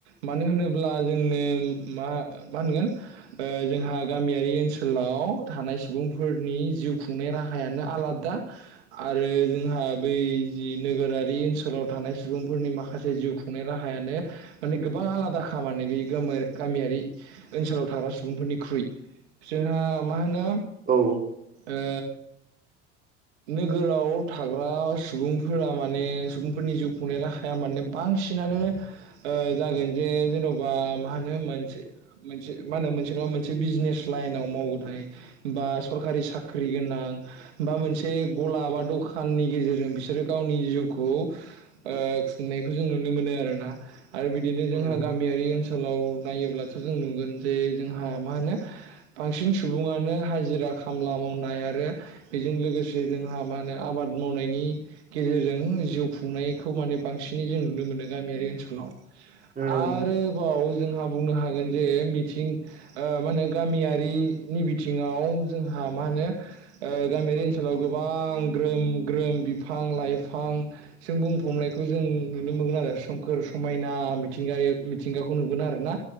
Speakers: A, on the right; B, on the right.
A: मानो होनोब्ला जोंनो म मा होनगोन? जोंहा गामियारि ओनसोलाव ओनसोलाव थानाय सुबुंफोरनि जिउ खुंनाय राहायानो आलादा आरो जोंहा बै जि नोगोरारि ओनसोलाव थानाय सुबुंफोरनि माखासे जिउ खुंनाय राहायानो माने गोबां आलादा खामानि बे गामियारि ओनसोलाव थाग्रा सुबुंफोरनिख्रुइ जोंहा मा होनो
B: औ
A: ओ नोगोराव थाग्रा सुबुंफोरा माने सुबुंफोरनि जिउ खुंनाय राहाया माने बांसिन बांसिनानो ओ जागोन जे जेन'बा मा होनो मोनसे मोनसे मा होनो मोनसे नङा मोनसे बिजनेस लाइनाव मावबथाय बा सरकारि साख्रि गोनां बा मोनसे से गला बा दखाननि गेजेरजों बिसोरो गावनि जिउखौ ओ खुंनायखौ जों नु नुनो मोनो आरोना आरो बिदिनो
B: उम
A: जोंहा गामियारि ओनसोलाव नायोब्लाथ जों नुगोन जे जोंहा मा होनो बांसिन सुबुङानो हाजिरा खामला मावनाय आरो बेजों लोगोसे जोंहा मा होनो आबाद मावनायनि गेजेरजों जिउ खुंनायखौ माने बांसिनै जों नुनो मोनो। मोनदों गामियारि ओनसोलाव
B: उम
A: आरोबाव जोंहा बुंनो हागोन जे मिथिं ओ माने गामियारिनि बिथिङाव जोंहा मा होनो ओ गामियारि ओनसोलाव गोबां ग्रोम ग्रोम बिफां लाइफांजों बुंफबनायखौ जों नुनो मोनो। सोमखोर समायना मि मिथिंगाखौ नुगोन आरोना